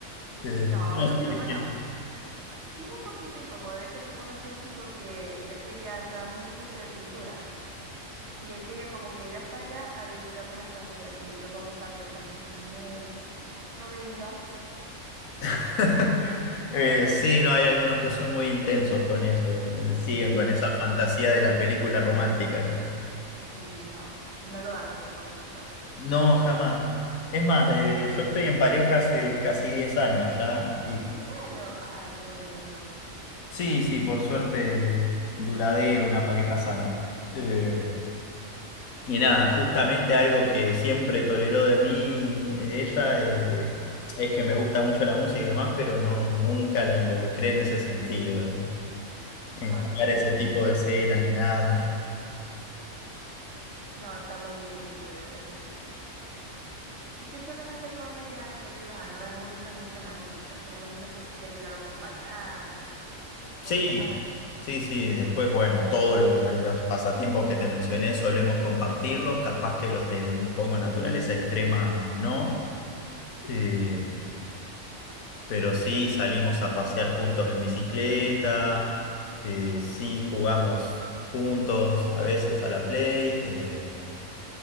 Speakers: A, on the left (about 85°); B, on the right (about 55°).
A: Eh,
B: No,
A: no,
B: no
A: sí,
B: creo.
A: es
B: Bueno,
A: que-
B: sí es un poquito incómodo. De hecho, yo conocí a un chico que él quería, estábamos en un curso de pintura. Y él quería como que ir hasta allá a dedicarme unas canciones y yo con esa pena, como que no, no vengas.
A: <laughs> Eh, sí, no, hay algunos que son muy intensos con eso, eh, siguen
B: Dios
A: con
B: mío,
A: esa
B: sí,
A: fantasía de la película romántica.
B: sí, no, no lo hagas, por favor, Gustavo.
A: No, jamás. Es más, eh, yo estoy en pareja hace casi 10 años ya
B: ¿En serio? Ay, qué bonito.
A: Sí, sí, por suerte duradero, una pareja sana. Eh, y nada, justamente algo que siempre toleró de mí eh, ella eh, es que me gusta mucho la música y demás, pero no, nunca la involucré en ese sentido, en, en
B: No,
A: jugar
B: está bien
A: ese tipo
B: eso.
A: de escenas ni nada. ¿no?
B: No, está muy bien eso, de verdad que sí. ¿Y qué sueles hacer con ella, ya que ajá, no la involucras mucho en la música? Pero imagino que sí te ha llegado a acompañar
A: Sí,
B: o cosas así.
A: sí, sí, después, bueno, todos lo- los pasatiempos que te mencioné solemos compartirlos, capaz que los de un poco naturaleza extrema no. Eh, Pero sí salimos a pasear juntos en bicicleta, eh, sí jugamos juntos a veces a la Play. eh,